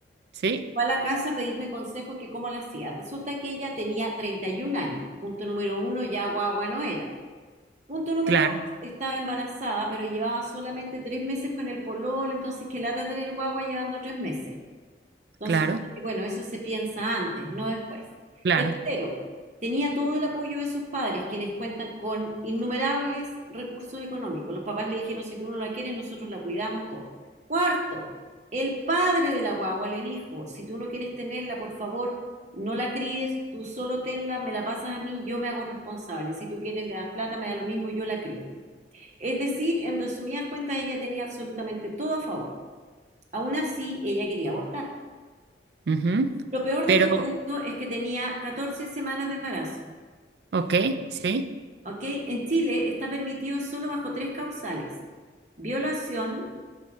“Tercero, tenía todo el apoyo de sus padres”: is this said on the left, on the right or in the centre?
Right